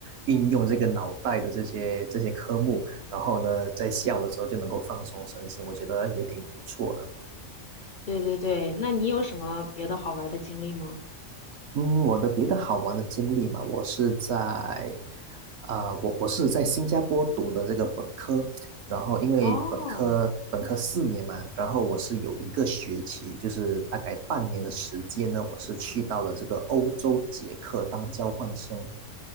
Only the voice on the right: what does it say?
运用这个脑袋的这些这些科目，然后呢在下午的时候就能够放松身心，我觉得也挺不错的。
嗯，我的别的好玩的经历嘛，我是在，啊、我我是在新加坡读的这个本科，然后因为本科本科四年嘛，
然后我是有一个学期，就是大概半年的时间呢，我是去到了这个欧洲捷克当交换生。